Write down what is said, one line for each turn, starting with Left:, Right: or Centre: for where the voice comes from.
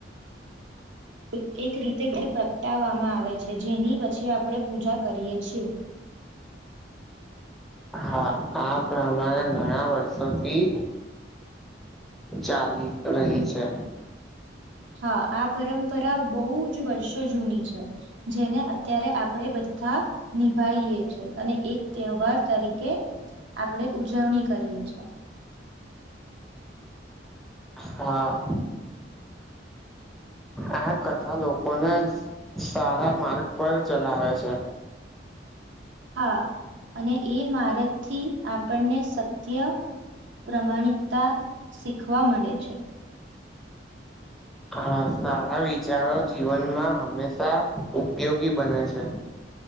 Right: <inaudible> એક રીતે જે પ્રગટાવવામાં આવે છે. જેની પછી આપણેે પૂજા કરીએ છીએ.
Centre: હા આ પ્રમારા ઘણા વર્ષોથી ચાલી રહી છે.
Right: હા આ પરંપરા બહુ જ વર્ષો જૂની છે. જેને અત્યારે આપણેે બધા નિભાઈએ છે, અને એક તહેવાર તરીકે આપડે ઉજવણી કરીએ છીએ.
Centre: હા. આ કથા લોકોને સારા માર્ગ પર ચલાવે છે.
Right: હા! અને એ મારત થી આપણને સત્ય પ્રમાણિકતા શીખવા મળે છે.
Centre: હા! સારા વિચારો જીવનમાં હંમેશા ઉપયોગી બને છે.